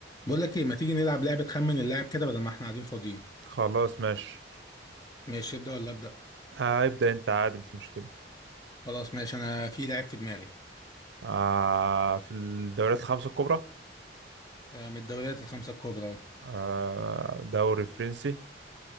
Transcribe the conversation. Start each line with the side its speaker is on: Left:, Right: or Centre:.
Left: بقول لك ايه ما تيجي نلعب لعبة خمن اللاعب كده بدل ما احنا قاعدين فاضيين
Right: خلاص ماشي
Left: ماشي ابدأ ولا ابدأ
Right: آه، ابدأ انت عادي مش مشكلة
Left: خلاص ماشي انا في لاعب في دماغي
Right: آه في الدوريات الخمسة الكبرى
Left: آه من الدوريات الخمسة الكبرى اهو.
Right: آه دوري فرنسي